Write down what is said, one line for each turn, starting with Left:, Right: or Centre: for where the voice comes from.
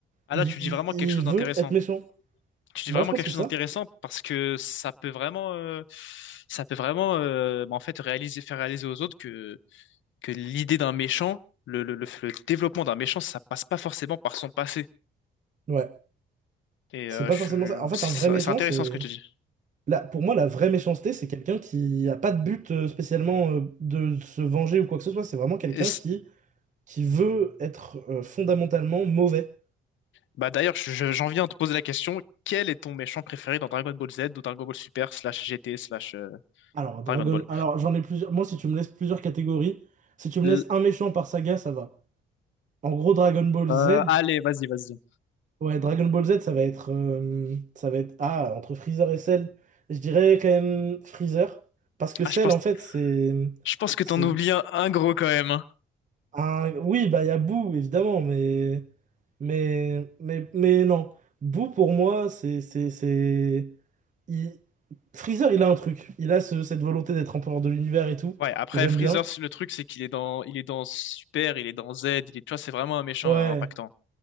Left: Ah
Right: il,
Left: là, tu dis vraiment
Right: il-
Left: quelque chose
Right: il veut
Left: d'intéressant.
Right: être méchant.
Left: tu dis
Right: Moi,
Left: vraiment
Right: je pense
Left: quelque
Right: que
Left: chose
Right: ça.
Left: d'intéressant parce que ça peut vraiment, euh, ça peut vraiment, euh, bah, en fait, réaliser, faire réaliser aux autres que, que l'idée d'un méchant, le, le, le, le développement d'un méchant, ça passe pas forcément par son passé.
Right: Ouais.
Left: Et
Right: C'est
Left: euh,
Right: pas
Left: je,
Right: forcément ça. En fait,
Left: suis-
Right: un
Left: c'est
Right: vrai méchant,
Left: c'est intéressant
Right: c'est.
Left: ce que tu dis.
Right: Là, pour moi, la vraie méchanceté, c'est quelqu'un qui a pas de but euh, spécialement euh, de se venger ou quoi que ce soit. C'est vraiment quelqu'un
Left: Et c'est-
Right: qui, qui veut être euh, fondamentalement mauvais.
Left: bah d'ailleurs, je- j'en viens à te poser la question, quel est ton méchant préféré dans Dragon Ball Z ou Dragon Ball Super slash GT slash euh,
Right: Alors, Dragon.
Left: Dragon Ball?
Right: Alors, j'en ai plusieurs. Moi, si tu me laisses plusieurs catégories, si tu me
Left: L-
Right: laisses un méchant par saga, ça va. En gros, Dragon Ball
Left: euh,
Right: Z,
Left: allez, vas-y, vas-y.
Right: Ouais, Dragon Ball Z, ça va être, euh, ça va être, ah, entre Freezer et Cell, je dirais quand même Freezer, parce que
Left: Ah,
Right: Cell,
Left: je pense,
Right: en fait, c'est,
Left: je pense que
Right: c'est
Left: t'en oublies un, un gros quand même. hein.
Right: un, oui, bah, il y a Boo, évidemment, mais, mais, mais, mais non, Boo, pour moi, c'est, c'est, c'est, il- Freezer, il a un truc, il a ce- cette volonté d'être empereur de l'univers et tout,
Left: Ouais, après
Right: j'aime
Left: Freezer,
Right: bien,
Left: le truc c'est qu'il est dans il est dans Super, il est dans Z, il est tu vois, c'est vraiment un méchant
Right: ouais,
Left: euh, impactant.